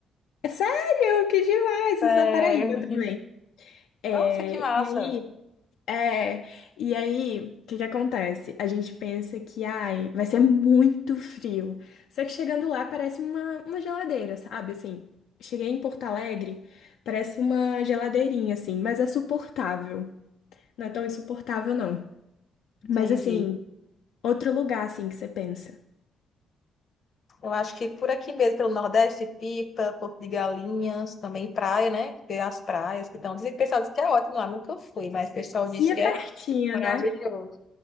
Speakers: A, on the left (about 80°); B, on the left (about 50°).
A: É sério, que demais!
B: Sério.
A: Isso na Paraíba também. É,
B: Nossa, que massa.
A: e aí. É, e aí, o que que acontece? A gente pensa que, ai, vai ser muito frio. Só que chegando lá parece uma, uma geladeira, sabe? Assim, cheguei em Porto Alegre, parece uma geladeirinha, assim, mas é suportável. Não é tão insuportável, não.
B: Entendi.
A: Mas, assim, outro lugar, assim, que você pensa.
B: Eu acho que por aqui mesmo, pelo Nordeste, Pipa, Porto de Galinhas, também praia, né? Tem as praias que estão. Dizem que o pessoal diz que é ótimo lá, nunca fui, mas o pessoal diz
A: E
B: que
A: é
B: é
A: pertinho,
B: maravilhoso.
A: né?